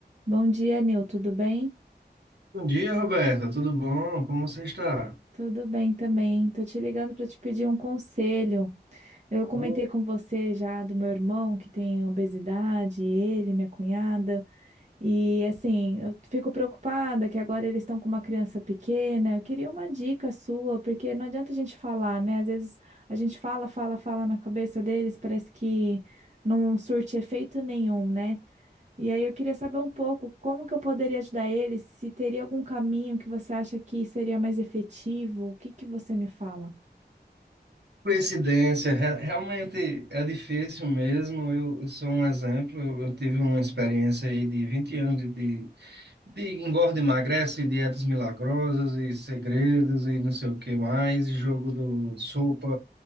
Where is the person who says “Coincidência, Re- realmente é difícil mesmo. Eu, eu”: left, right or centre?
Right